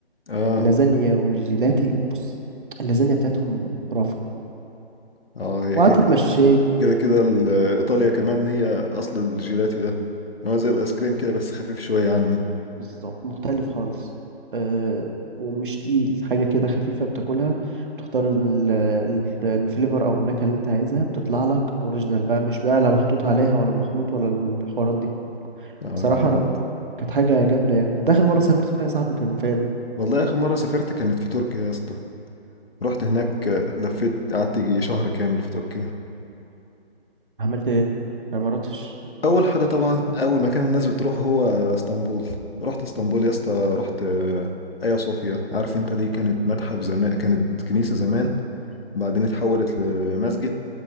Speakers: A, on the left; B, on the right.
A: اه
B: اللازانيا والجيلاتي بص اللازانيا بتاعتهم خرافة
A: اه هي
B: وقعدت
A: كده
B: اتمشيت
A: كده كده ال- ايطاليا كمان هي اصل الجيلاتي ده هو زي الايس كريم كده بس خفيف شويه عنه
B: بالظبط مختلف خالص أه ومش تقيل حاجة كده خفيفة بتاكلها بتختار ال- ال- الفليفر أو النكهة اللي أنت عايزها بتطلع لك أوريجينال بقى مش بقى لا محطوط عليها ولا مخلوط ولا الحوارات دي
A: اه
B: بصراحة
A: جامد
B: لأ كانت حاجة جامدة يعني أنت آخر مرة سافرت فيها يا صاحبي كان فين؟
A: والله اخر مره سافرت كانت في تركيا يا اسطى رحت هناك لفيت قعدت يجي شهر كامل في تركيا
B: عملت إيه؟ أنا مراتش
A: اول حاجه طبعا اول مكان الناس بتروح هو اسطنبول رحت اسطنبول يا اسطى رحت آه، ايا صوفيا عارف انت دي كانت متحف زمان كانت كنيسه زمان بعدين اتحولت لمسجد